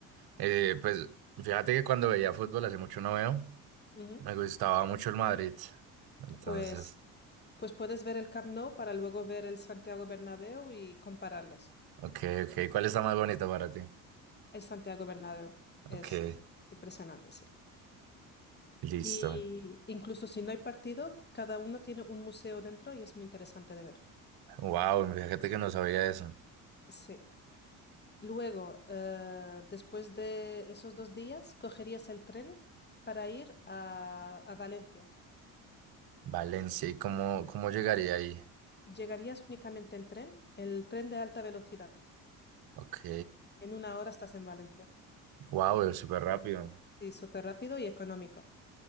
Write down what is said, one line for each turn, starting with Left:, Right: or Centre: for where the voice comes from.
Right: Eh, pues fíjate que cuando veía fútbol hace mucho no veo,
Left: Ujú.
Right: me gustaba mucho el Madrid. Entonces,
Left: Pues Pues puedes ver el Camp Nou para luego ver el Santiago Bernabéu y compararlos.
Right: ok, ok. ¿Cuál está más bonito para ti?
Left: El Santiago Bernabéu es,
Right: Ok,
Left: es impresionante, sí.
Right: listo.
Left: Y incluso si no hay partido, cada uno tiene un museo dentro y es muy interesante de ver.
Right: Wow, fíjate que no sabía eso.
Left: Sí. Luego, eh, después de esos dos días, cogerías el tren para ir a, a Valencia.
Right: Valencia, ¿y cómo, cómo llegaría ahí?
Left: Llegarías únicamente en tren, el tren de alta velocidad.
Right: Ok,
Left: En una hora estás en Valencia.
Right: wow, súper rápido.
Left: Sí, súper rápido y económico.